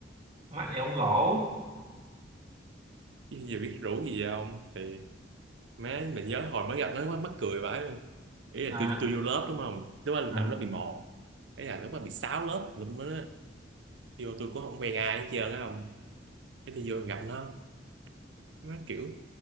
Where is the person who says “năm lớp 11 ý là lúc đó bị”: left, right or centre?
Right